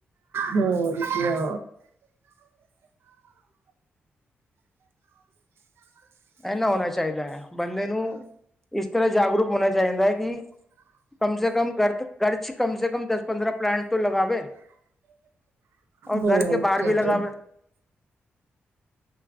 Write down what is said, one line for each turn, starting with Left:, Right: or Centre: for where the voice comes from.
Right: ਹੋਰ ਕਿਆ।
Centre: ਇਨਾ ਹੋਣਾ ਚਾਹੀਦਾ ਐ, ਬੰਦੇ ਨੂੰ ਇਸ ਤਰ੍ਹਾਂ ਜਾਗਰੂਕ ਹੋਣਾ ਚਾਹੀਦਾ ਹੈ ਕਿ ਕਮ ਸੇ ਕਮ ਘਰ ਤ ਘਰ 'ਚ ਕਮ ਸੇ ਕਮ ਦਸ ਪੰਦਰਾਂ ਪਲਾਂਟ ਤੋਂ ਲਗਾਵੇ। ਔਰ
Right: ਹੋਰ
Centre: ਘਰ ਕੇ ਬਾਹਰ
Right: ਕਿਆ
Centre: ਵੀ ਲਗਾਵੇ।